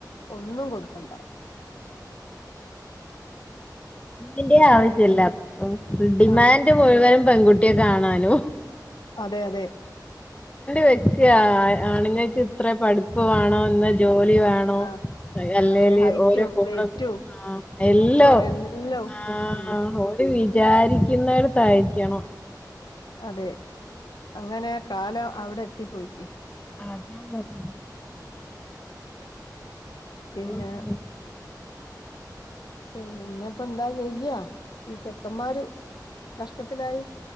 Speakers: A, on the left; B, on the left.
A: ഒന്നും കൊടുക്കണ്ട
B: അന്റെ
A: പക്ഷെ
B: ആവശ്യല്ല ഡിമാൻഡ്
A: ആ
B: മുഴുവനും പെൺകുട്ടിയ കാണ ഡൻഡ്
A: അതെ അതെ
B: വെക്കണ ഇത്ര പഠിപ്പ് വേണോ ഇന്ന ജോലി വേണോ
A: ആ
B: അല്ലേല്
A: അതെ ഹൈറ്റും
B: ഓരോ കോടും
A: വെയിറ്റും
B: ആ
A: തൂക്കം
B: എല്ലാം
A: എല്ലാം
B: ആ
A: ഉം
B: ഓര് വിചാരിക്കുന്ന യിരിക്കണം
A: അതെ അങ്ങനെ കാലം അവിടെ എത്തി പോയിക്ക്
B: ആ <unintelligible>
A: പിന്നെ
B: അള <unintelligible>
A: പിന്നെപ്പ എന്താ ചെയ്യാ ഈ ചെക്കന്മാര് കഷ്ടത്തിലായി